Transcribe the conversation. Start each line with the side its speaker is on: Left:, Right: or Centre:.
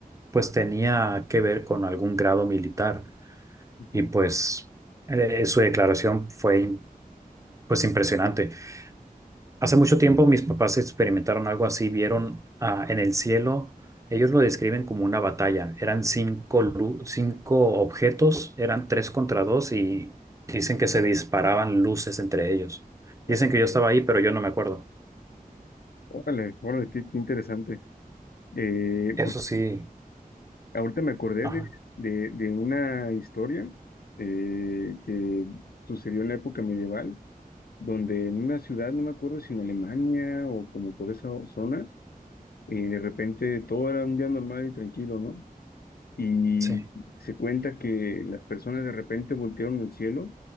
Right: pues tenía que ver con algún grado militar.
Left: Ujú.
Right: Y pues eh, su declaración fue im- pues impresionante. Hace mucho tiempo mis papás experimentaron algo así, vieron ah, en el cielo, ellos lo describen como una batalla. Eran cinco, lu- cinco objetos, eran tres contra dos y dicen que se disparaban luces entre ellos.
Left: Órale,
Right: Dicen que yo estaba ahí, pero yo no me acuerdo.
Left: órale, órale, qué, qué interesante. Eh,
Right: Eso
Left: porque
Right: sí,
Left: ahorita me acordé
Right: ajá,
Left: de, de, de una historia eh, que sucedió en la época medieval donde en una ciudad, no me acuerdo si en Alemania o como por esa zona, eh, de repente todo era un día normal y tranquilo, ¿no? Y
Right: sí.
Left: se cuenta que las personas de repente voltearon al cielo